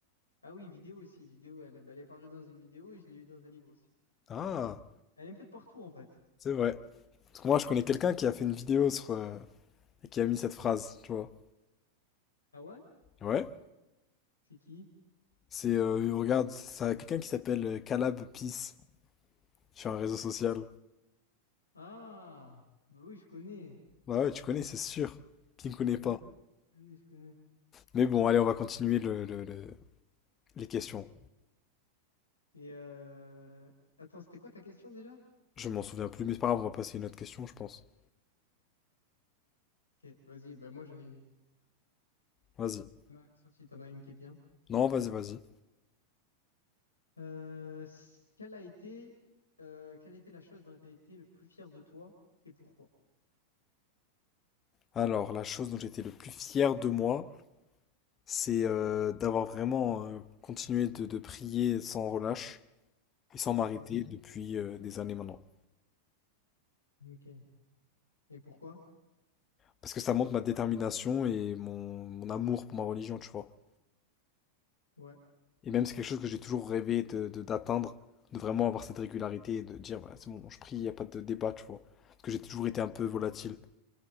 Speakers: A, on the left; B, on the left.
A: Ah oui, vidéo aussi, vidéo. Elle, ben, elle est parue dans une vidéo et je l'ai lue dans un livre aussi.
B: Ah,
A: Elle est un peu de partout en fait.
B: c'est vrai. Parce que moi, je connais quelqu'un qui a fait une vidéo sur euh, et qui a mis cette phrase, tu vois.
A: Ah ouais?
B: Ouais.
A: C'est qui?
B: C'est euh, regarde, ça quelqu'un qui s'appelle euh, Calab Peace sur un réseau social.
A: Ah, bah oui, je connais.
B: Bah ouais, tu connais, c'est sûr. Qui ne connaît pas.
A: Oui, oui, je connais, je connais.
B: Mais bon, allez, on va continuer le, le- le- les questions.
A: Et euh... attends, c'était quoi ta question déjà?
B: Je m'en souviens plus, mais c'est pas grave, on va passer à une autre question, je pense.
A: Ok, vas-y, bah moi j'en ai une.
B: Vas-y.
A: T'en as- Sauf si t'en as une qui est bien.
B: Non, vas-y, vas-y.
A: Euh, c- quelle a été, euh, quelle était la chose dont tu as été le plus fier de toi et pourquoi?
B: Alors, la chose dont j'étais le plus fier de moi. c'est euh, d'avoir vraiment euh, continué de, de prier sans relâche et sans m'arrêter
A: Ouais.
B: depuis euh, des années maintenant.
A: Ok. Et pourquoi?
B: Parce que ça montre ma détermination et mon, mon amour pour ma religion, tu vois.
A: Ouais,
B: Et même c'est quelque chose que j'ai toujours rêvé de, de- d'atteindre, de vraiment avoir cette régularité et de dire, voilà, c'est bon, je prie, il n'y a pas de débat, tu vois. Parce que j'ai toujours été un peu volatile.